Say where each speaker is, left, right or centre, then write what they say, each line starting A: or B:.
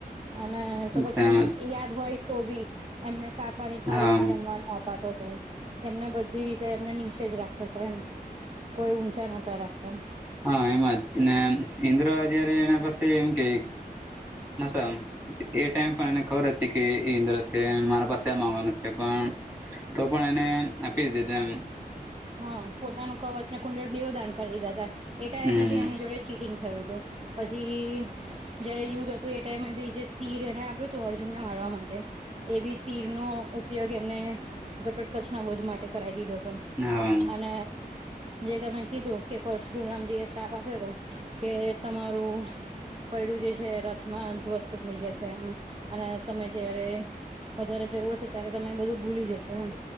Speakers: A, on the right (about 35°); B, on the right (about 20°).
A: અને તો
B: એમ
A: પછી
B: તેમ
A: યાદ હોય તો બી એમને કાશાની થાળી
B: હા
A: માં જમવાનું આપ વાતો તું એમને બધી રીતે એમને નીચે જ રાખતા તા એમ કોઈ ઉચા ન તા રાકતા
B: હા એમાં જ ને ઇન્દ્ર જયારે એના પાસે એમ કેય <unintelligible> એ ટાઈમે પણ એને ખબર હતી કે એ ઇન્દ્ર છે એન મારા પાસે એ માંગવાના છે પણ તો પણ એને આપી જ દીધા એમ
A: હા પોતાનું કવચ ને કુંડળ બેવ દાન કરી દીધા તા એ ટાઈમે
B: હમ
A: બી એની જોડે જ ચીટિંગ થયું હતું, પછી જયારે યુદ્ધ હતું એ ટાઈમે બીજે તીર એને આપ્યું ત. તો અર્જુન ને મારવા માટે એવી તીરનો ઉપયોગ એમને ઘટોટ કચના વધ માટે કરાવી દીધો તો
B: હા
A: અને જે તમે કીધું કે પરશુરામજી એ શ્રાપ આપ્યો તો કે તમારું પૈડું જે છે રથમાં ધ્વસ્ત થઈ જશે એમ. અને તમે જયારે વધારે જરૂર હસે ત્યારે તમે એ બધું ભૂલી જશો એમ,